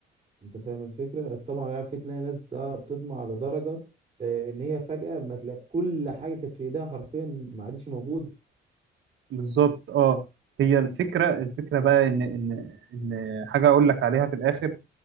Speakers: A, on the right; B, on the right.
A: انت فاهم الفكرة الطمع يعني في تلاقي ناس بت- آه، بتطمع لدرجة آه، ان هي فجأة ما تلاقي كل حاجة كانت في ايديها حرفيا ما عادش موجودة
B: بالظبط اه هي الفكره الفكره بقى ان ان ان حاجه اقول لك عليها في الاخر